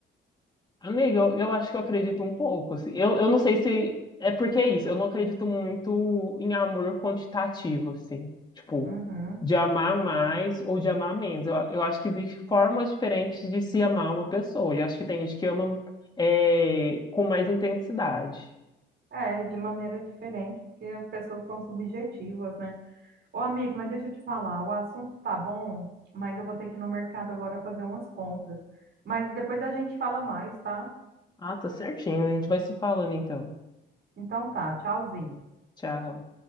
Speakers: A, on the left (about 20°); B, on the right (about 60°).
A: Amigo, eu, eu acho que eu acredito um pouco. assim. Eu, eu não sei se é porque é isso. Eu não acredito muito em amor quantitativo, assim. Tipo,
B: Uhum.
A: de amar mais ou de amar menos. Eu, eu acho que existem formas diferentes de se amar uma pessoa. E acho que tem gente que ama é, com mais intensidade.
B: É, de maneira diferente, porque as pessoas são subjetivas, né? Ô, amigo, mas deixa eu te falar, o assunto tá bom, mas eu vou ter que ir no mercado agora fazer umas compras. Mas depois a gente fala mais, tá?
A: Ah, tá certinho. A gente vai se falando então.
B: Então tá, tchauzinho.
A: Tchau.